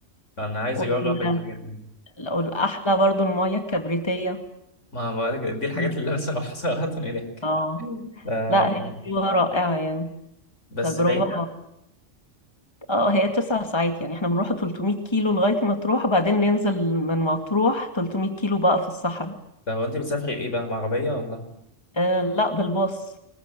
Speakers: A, on the left (about 75°); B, on the left (about 20°).
A: انا عايز
B: وال-
A: اجرب الحاجات دي
B: والاحلى برضو الميه الكبريتيه
A: ما بقولك دي الحاجات
B: مم.
A: اللي لسه بروح <laughs> صراحة هناك
B: اه
A: آه،
B: لا هي سيوه رائعه يعني
A: بس
B: تجربه
A: بعيدة
B: اه هي تسع ساعات يعني احنا بنروح 300 كيلو لغايه مطروح وبعدين ننزل من مطروح 300 كيلو بقى في الصحراء
A: طب هو انت بتسافري بايه بقى بعربية ولا
B: آه لا بالباص